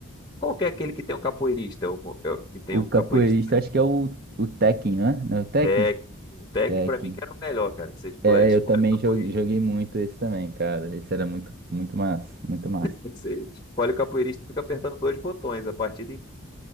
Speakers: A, on the left; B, on the right.
A: Qual que é aquele que tem um capoeirista? É O, mo- é o que tem
B: O
A: um
B: capoeirista,
A: capoeirista
B: acho que é o, o Tekken, né? Não é o Tekken?
A: Tekken. O Tekken
B: Tekken.
A: pra mim que era o melhor, cara. Que você escolhe,
B: É,
A: escolhe
B: eu também
A: o capoeirista.
B: jo- joguei muito esse também, cara. Esse era muito, muito massa, muito massa.
A: Você escolhe o capoeirista e fica apertando dois botões a partida inteira.